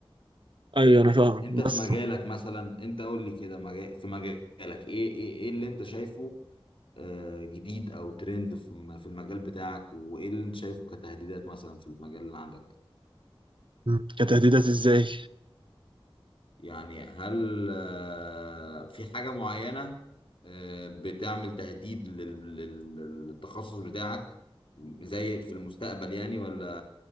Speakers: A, on the right; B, on the left.
A: ايوه انا فاهم
B: انت في
A: بس
B: مجالك مثلا انت قول لي كده مجال في مجالك ايه ايه ايه اللي انت شايفه آه، جديد او ترند في الم- في المجال بتاعك وايه اللي انت شايفه كتهديدات مثلا في المجال اللي عندك
A: مم. كتهديدات ازاي
B: يعني هل آه، في حاجة معينة آه، بتعمل تهديد لل- لل- للتخصص بتاعك زي في المستقبل يعني ولا